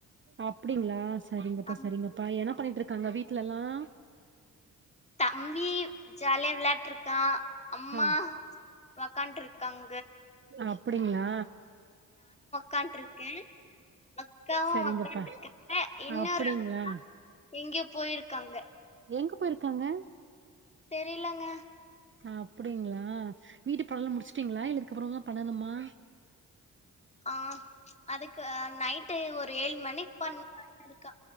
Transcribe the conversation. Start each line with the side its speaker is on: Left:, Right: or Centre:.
Right: அப்டிங்களா செரிங்கப்பா
Left: ஆமா
Right: செரிங்கப்பா ஏனா ன்ன பண்ணிட்டு இருக்காங்க வீட்லலாம்
Left: தம்பி ஜாலியா விளையாட்டு இருக்கான் அம்மா
Right: ஆ
Left: வக்கான்ட் இருக்காங்
Right: அப்டிங்களா
Left: கன்ட்ரு கேன் அக்காவும்
Right: சரிங்கப்பா
Left: வக்காந்துருக்காங்க இன்னொரு
Right: அப்டிங்களா
Left: அக்கா எங்கயோ போயிருக்காங்க
Right: எங்க போயிருக்காங்க
Left: தெரிலங்க
Right: அப்டிங்களா வீட்டு பாடலா முடிச்சுட்டீங்களா இல்ல அப்பறோதா பண்ணணுமா
Left: ஆ அதுக்கு நைட்டு ஒரு ஏழு மணி பண்ண இருக்க